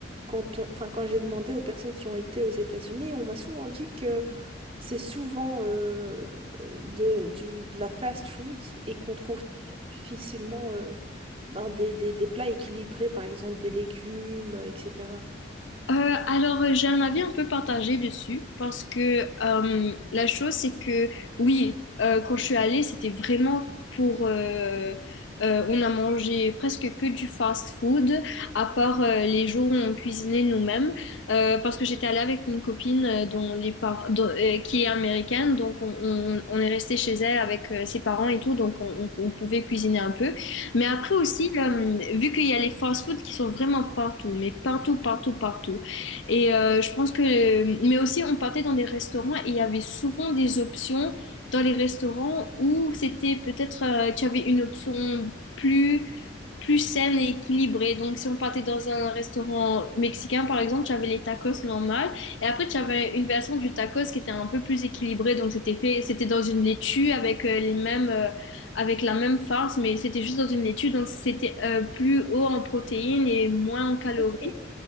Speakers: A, on the right; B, on the left.
A: quand, on- enfin, quand j'ai demandé aux personnes qui ont été aux États-Unis, on m'a souvent dit que c'est souvent euh, de, du, de la fast food et qu'on trouve difficilement euh, ben, des, des, des plats équilibrés, par exemple des légumes, euh, etc.
B: Euh, alors, euh, j'ai un avis un peu partagé dessus parce que euh, la chose, c'est que oui, euh, quand je suis allée, c'était vraiment pour... euh, euh, on a mangé presque que du fast-food, à part euh, les jours où on cuisinait nous-mêmes, euh, parce que j'étais allée avec une copine euh, dont les par- dont- euh, qui est américaine, donc on, on- on est resté chez elle avec euh, ses parents et tout, donc on, on- on pouvait cuisiner un peu. Mais après aussi, euh, vu qu'il y a les fast-food qui sont vraiment partout, mais partout, partout, partout. Et euh, je pense que, mais aussi on partait dans des restaurants et il y avait souvent des options dans les restaurants où c'était peut-être euh, tu avais une option plus plus saine et équilibrée. Donc si on partait dans un restaurant mexicain par exemple, tu avais les tacos normales et après tu avais une version du tacos qui était un peu plus équilibrée. Donc c'était fait, c'était dans une laitue avec euh, les mêmes euh, avec la même farce, mais c'était juste dans une laitue. Donc c'était euh, plus haut en protéines et moins en calories.
A: Ok,